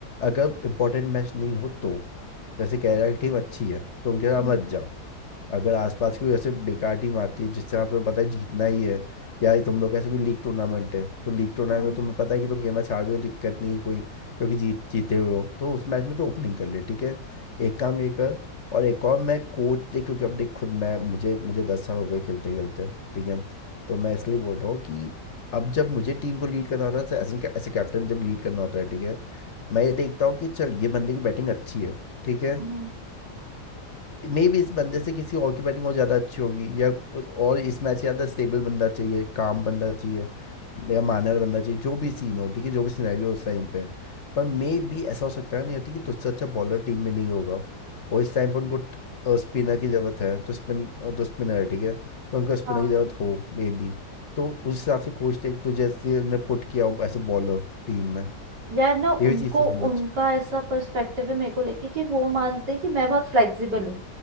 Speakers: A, on the left; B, on the right.
A: अगर इंपॉर्टेंट मैच नहीं हो तो जैसे कह रहा है कि टीम अच्छी है तो उनके
B: हम्म
A: साथ
B: हम्म
A: मत जाओ अगर आसपास की कोई ऐसे बेकार टीम आती है जिससे आप तुम्हें पता है जीतना ही है या ये तुम लोग ऐसे भी लीग टूर्नामेंट है तो लीग टूर्नामेंट
B: हम्म
A: में तुम्हें पता है कि तुम ये मैच हार भी हो दिक्कत नहीं है कोई क्योंकि जीत जीते हुए हो तो उस मैच में तो ओपनिंग कर ले ठीक है एक काम ये कर और एक और मैं कोच देख क्योंकि अब देख खुद मैं मुझे मुझे दस साल हो गए खेलते खेलते ठीक है तो मैं इसलिए बोल रहा हूँ कि अब जब मुझे टीम को लीड करना होता है तो ऐसे ऐसे कैप्टन जब लीड करना होता है ठीक है मैं ये देखता हूँ कि चल ये बंदे की बैटिंग अच्छी है ठीक है
B: हम्म, हम्म,
A: मे भी इस बंदे से किसी और की बैटिंग और ज्यादा अच्छी होगी या और इस मैच ज्यादा स्टेबल बंदा चाहिए काम बंदा चाहिए या मानर बंदा चाहिए जो भी सीन हो ठीक है जो भी सिनेरियो हो उस टाइम पे पर मे भी ऐसा हो सकता है नहीं आती कि तुझसे अच्छा बॉलर टीम में नहीं होगा और इस टाइम पर उनको स्पिनर की जरूरत है तो स्पिन तो स्पिनर है ठीक है तो उनको स्पिनर
B: हाँ
A: की जरूरत हो मे बी तो उस हिसाब से कोच ने तुझे ऐसे ने पुट किया हो ऐसे बॉलर टीम में
B: यार ना
A: ये
B: उनको
A: भी चीज़ तो समझ
B: उनका ऐसा पर्सपेक्टिव है मेरे को लेके कि वो मानते हैं कि मैं बहुत फ्लेक्सिबल हूँ